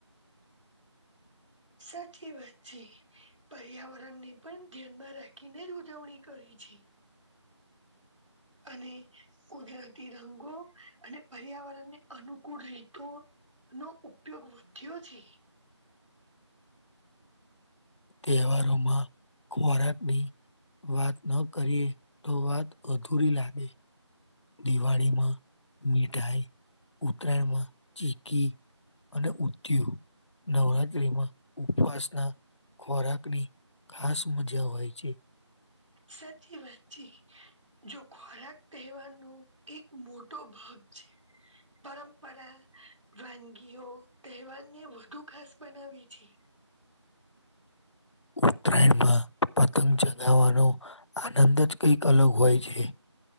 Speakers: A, on the left (about 70°); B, on the right (about 85°).
A: <inaudible>
B: સાચી વાત છે પર્યાવરણ ને પણ ધ્યાનમાં રાખીને ઉજવણી કરીછી.
A: <inaudible>
B: અને કુદરતી રંગો અને પર્યાવરણની અનુકૂળ રીતો નો ઉપયોગ વધ્યો છે.
A: તહેવારોમાં ખોરાકની વાત ન કરીએ તો વાત અધૂરી લાગે દિવાળીમાં મીઠાઈ, ઉતરાયણમાં ચીકી, અને ઉંધીયુ નવરાત્રીમાં ઉપવાસના ખોરાકની ખાસ મજા હોય છે.
B: સાચી વાતચી જો ખોરાક તહેવારનો એક મોટો ભાગ છે. પરંપરા વાનગીઓ તહેવારને વધુ ખાસ બનાવી છે.
A: <inaudible> ઉતરાયણમાં પતંગ ચગાવવાનો આનંદ જ કંઈક અલગ હોય છે.